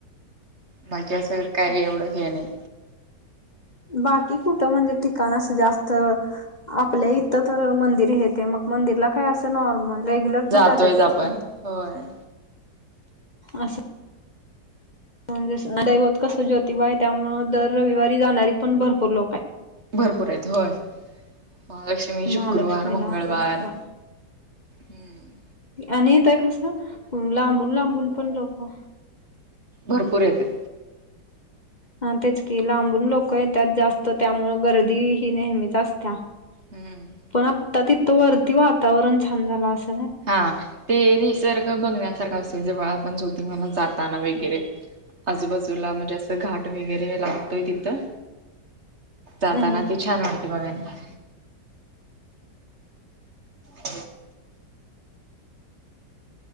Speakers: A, on the right; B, on the left.
A: बाकी असं काय एवढं हे नाही.
B: बाकी कुठं? म्हणजे ठिकाण असं जास्त- आपल्या इथं तर मंदिर येते. मग मंदिरला काय असं नॉर्मल. रेग्युलर
A: जातोयच
B: पण जातातच
A: आपण
B: की
A: होय
B: अस. म्हणजे अस दैवत कसं ज्योतिबा आहे. त्यामुळं दर रविवारी जाणारी पण भरपूर लोक आहेत.
A: भरपूर आहेत. होय. महालक्ष्मी
B: महालक्ष्मीला
A: शुक्रवार, मंगळवार.
B: ज्योतिबा
A: हम्म.
B: आणि त्या कस? लांबून लांबून पण लोक-
A: भरपूर येत्या.
B: हां. तेच की. लांबून लोक येत्यात जास्त त्यामुळ गर्दी ही नेहमीच असत्या.
A: हम्म.
B: पण आत्ता तिथं वरती वातावरण छान झालं असल.
A: हां. ते निसर्ग बघण्यासारखा असतो जेव्हा आपण ज्योतिबाला जाताना वगैरे. आजूबाजूला म्हणजे असं घाट वगैरे लागतोय तिथं. जाताना
B: अ
A: ते छान वाटत बघायला. अ